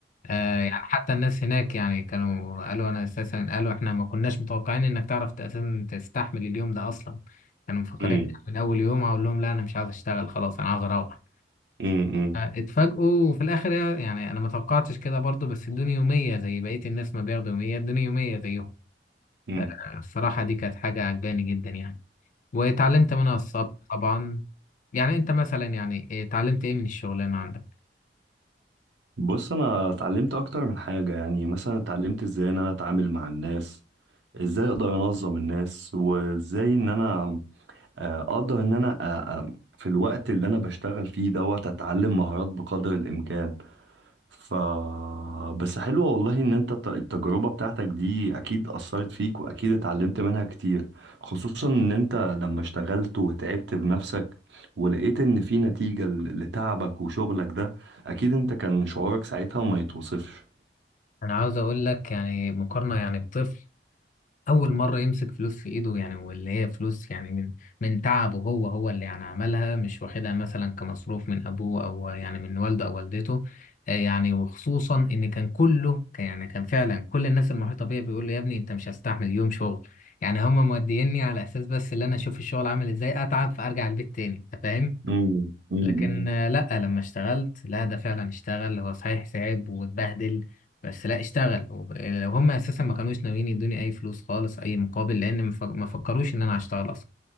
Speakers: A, on the left; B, on the right.
A: آه يعني حتى الناس هناك يعني كانوا قالوا انا اساسا قالوا احنا ما كناش متوقعين انك تعرف ت- اساسا تستحمل اليوم ده اصلا كانوا مفكرين
B: مم.
A: من اول يوم اقول لهم لا انا مش عاوز اشتغل خلاص انا عاوز اروح
B: مم. مم.
A: آه، اتفاجئوا في الاخر يعني انا ما توقعتش كده برضو بس ادوني يومية زي بقية الناس ما بياخدوا يومية ادوني يومية زيهم
B: مم.
A: آه، الصراحة دي كانت حاجة عجباني جدا يعني واتعلمت منها الصبر طبعا يعني انت مثلا يعني إيه اتعلمت ايه من الشغلانه عندك
B: بص انا اتعلمت اكتر من حاجة يعني مثلا اتعلمت ازاي ان انا اتعامل مع الناس ازاي اقدر انظم الناس وازاي ان انا آه، اقدر ان انا آه، آه، في الوقت اللي انا بشتغل فيه دوت اتعلم مهارات بقدر الامكان ف بس حلوة والله ان انت الت- التجربة بتاعتك دي اكيد اثرت فيك واكيد اتعلمت منها كتير خصوصا ان انت لما اشتغلت وتعبت بنفسك ولقيت ان في نتيجة ل- لتعبك وشغلك ده اكيد انت كان شعورك ساعتها ما يتوصفش
A: انا عاوز اقول لك يعني مقارنه يعني بطفل اول مره يمسك فلوس في ايده يعني واللي هي فلوس يعني من من تعبه هو هو اللي يعني عملها مش واخدها مثلا كمصروف من ابوه او يعني من والده او والدته آه، يعني وخصوصا ان كان كله كان- يعني كان فعلا كل الناس المحيطه بيا بيقول لي يا ابني انت مش هستحمل يوم شغل يعني هم موديني على اساس بس اللي انا اشوف الشغل عامل ازاي اتعب فارجع البيت تاني انت فاهم
B: امم امم
A: لكن آه، لا لما اشتغلت لا ده فعلا اشتغل هو صحيح تعب واتبهدل بس لا اشتغل هو- لو هم اساسا ما كانوش ناويين يدوني اي فلوس خالص اي مقابل لان ما فك- ما فكروش ان انا هشتغل اصلا